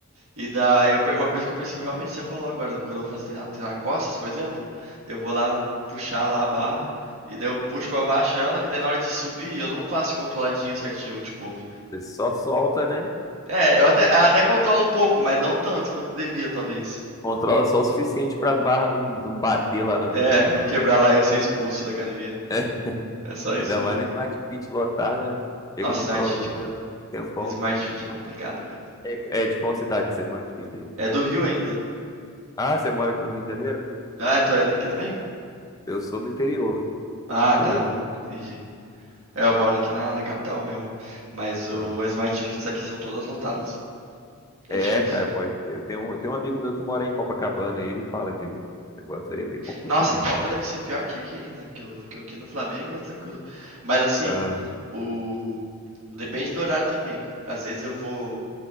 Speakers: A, on the right (about 65°); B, on the left (about 15°).
A: E daí, eu per- uma coisa que eu percebo realmente, você falou agora, quando eu vou fazer treinar, treinar costas, por exemplo, eu vou lá puxar lá a barra, e daí eu puxo pra baixo ela, e daí na hora de subir, eu não faço controladinho certinho, tipo.
B: Você só solta, né?
A: É, eu até, até controlo um pouco, mas não tanto quanto devia, talvez.
B: Controla só o suficiente para a barra não, não bater lá não.
A: É, não quebrar lá e eu ser expulso da academia.
B: <laughs>
A: É só isso
B: Ainda
A: mesmo.
B: mais na Smart Fit lotada, né?
A: Nossa,
B: Chega no
A: Smart
B: Crossover,
A: Fit é, com-
B: leva um tempão.
A: Smart Fit é complicado, cara.
B: É, é de qual cidade essa Smart Fit aí?
A: É do Rio ainda.
B: Ah, você mora aqui no Rio de Janeiro?
A: Ah, é, tu é daqui também?
B: Eu sou do interior.
A: Ah,
B: Do interior
A: tá.
B: do...
A: Entendi. É, eu moro aqui na, na capital mesmo. Mas o,
B: Ah.
A: as Smart Fits aqui são todas lotadas. É
B: É,
A: difícil.
B: cara, pode ser. Eu tenho, um- eu tenho um amigo meu que mora em Copacabana e ele fala que o negócio aí é bem complicado.
A: Nossa, a Copa deve ser pior que aqui ainda. Que, o, que eu aqui no Flamengo é tranquilo. Mas assim,
B: Ah,
A: o. Depende do horário também. Às vezes eu vou